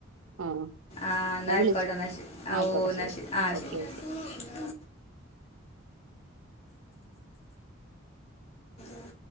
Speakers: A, on the right (about 80°); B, on the left (about 30°).
A: ആ
B: ആഹ് എന്നായിക്കോട്ടെ
A: എന്നാ വിളിച്ച്
B: എന്നാ ശെരി ആ
A: ആയിക്കോട്ടെ
B: ഓ എന്നാ
A: ശരി
B: ശെരി ആഹ്
A: ഓക്കെ
B: ശരി ഉം.